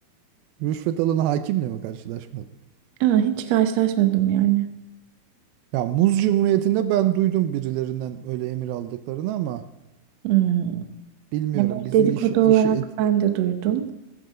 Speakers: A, on the right; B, on the right.
A: Rüşvet alanı hakimle mi karşılaşmalı?
B: Aa, hiç karşılaşmadım yani.
A: Ya Muz Cumhuriyeti'nde ben duydum birilerinden öyle emir aldıklarını ama
B: Hmm.
A: bilmiyorum
B: Ya böyle
A: bizim
B: dedikodu
A: iş, işi
B: olarak
A: et-
B: ben de duydum.